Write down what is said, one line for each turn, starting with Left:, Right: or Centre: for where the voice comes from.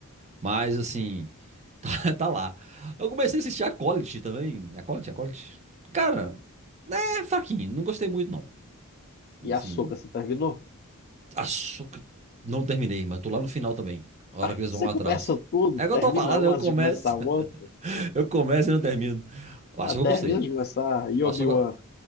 Right: Mas assim, <laughs> tá, tá lá. Eu comecei a assistir a College também. É A College, a College. Cara, é fraquinho. Não gostei muito, não.
Left: e
Right: Assim,
Left: a Sokka, você terminou?
Right: Açúcar. Não terminei, mas tô lá no final também. A hora
Left: Ah,
Right: que eles
Left: você
Right: vão lá
Left: começa
Right: atrás.
Left: tudo,
Right: É que
Left: termina
Right: eu tô falando,
Left: um
Right: eu
Left: antes
Right: começo,
Left: de começar o outro.
Right: <laughs> eu começo e não termino. O açúcar
Left: Ah, termina
Right: eu gostei.
Left: de começar. E
Right: O
Left: Obi-Wan?
Right: açúcar.